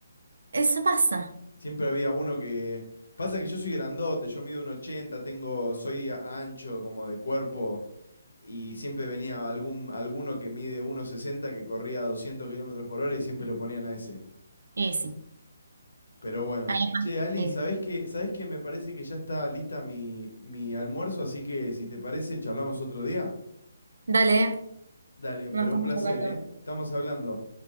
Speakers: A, on the right; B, on the left.
A: Eso pasa.
B: Siempre había uno que... Pasa que yo soy grandote, yo mido un 80, tengo, soy a- ancho como de cuerpo y siempre venía algún, alguno que mide 1,60 que corría a 200 kilómetros por hora y siempre lo ponían a ese.
A: Y sí.
B: Pero bueno.
A: Ahí va.
B: Che, Ali,
A: Y-
B: ¿sabés
A: sí.
B: qué? ¿Sabés qué? Me parece que ya está lista mi, mi almuerzo, así que si te parece, charlamos otro día.
A: Dale,
B: Dale,
A: nos
B: pero
A: estamos
B: un placer,
A: hablando.
B: ¿eh? Estamos hablando.